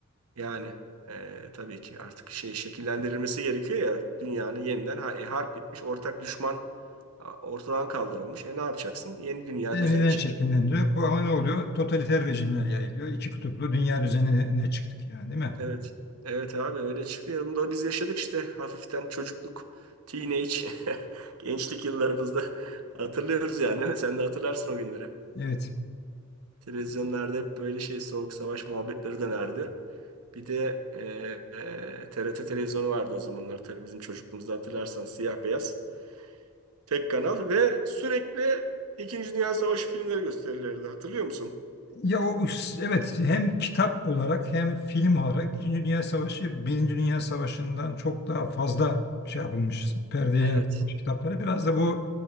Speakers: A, on the right; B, on the left.
A: yani e, tabii ki artık şey şekillendirilmesi gerekiyor ya dünyanın yeniden ha- e, harp bitmiş ortak düşman a, ortadan kaldırılmış. E ne yapacaksın? Yeni dünya
B: Yeniden
A: düzenini
B: şekillendiriyor. Bu ama ne oluyor? Totaliter rejimler yayılıyor. İki kutuplu dünya düzenine çıktık yani değil mi?
A: Evet. Evet abi öyle çıktı. ya. Bunu da biz yaşadık işte hafiften çocukluk, teenage, <laughs> gençlik yıllarımızda hatırlıyoruz yani değil mi? Sen de hatırlarsın o günleri.
B: Evet.
A: Televizyonlarda hep böyle şey soğuk savaş muhabbetleri dönerdi. Bir de e, e, TRT televizyonu vardı o zamanlar tabii bizim çocukluğumuzda hatırlarsan siyah beyaz. Tek kanal ve sürekli İkinci Dünya Savaşı filmleri gösterilirdi. Hatırlıyor musun?
B: Ya o bu- evet hem kitap olarak hem film olarak İkinci Dünya Savaşı Birinci Dünya Savaşı'ndan çok daha fazla şey yapılmış perdeye
A: Evet,
B: yansıtılmış kitapları. Biraz da bu